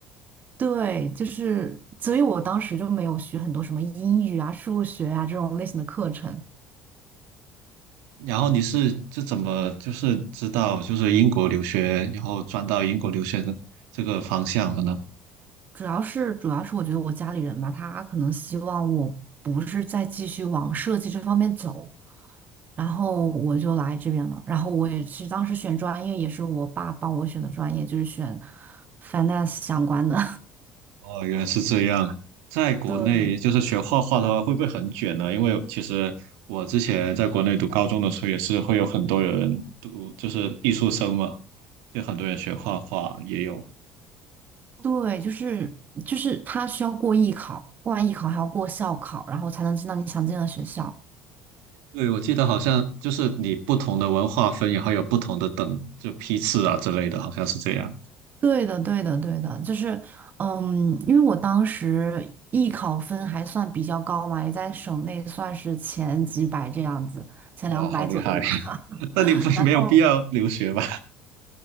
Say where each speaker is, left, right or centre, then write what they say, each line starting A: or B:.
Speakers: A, on the right (about 40°); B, on the right (about 70°).
A: 对，就是，所以我当时就没有学很多什么英语啊、数学啊这种类型的课程。
B: 然后你是就怎么就是知道就是英国留学，然后转到英国留学的这个方向的呢？
A: 主要是，主要是我觉得我家里人吧，他可能希望我不是再继续往设计这方面走，然后我就来这边了。然后我也是当时选专业，也是我爸帮我选的专业，就是选 finance 相关的。
B: 哦，原来是这样。在国内就是学画画的话，
A: <laughs> 对。
B: 会不会很卷呢？因为其实我之前在国内读高中的时候，也是会有很多人就是艺术生嘛，就很多人学画画也有。
A: 对，就是就是他需要过艺考，过完艺考还要过校考，然后才能进到你想进的学校。
B: 对，我记得好像就是你不同的文化分，然后有不同的等就批次啊之类的，好像是这样。
A: 对的，对的，对的，就是嗯，因为我当时艺考分还算比较高嘛，也在省内算是前几百这样子，前两百左右吧。
B: 哇，好厉害！
A: <laughs>
B: <laughs> 那你不没有必要留学吧？
A: 然后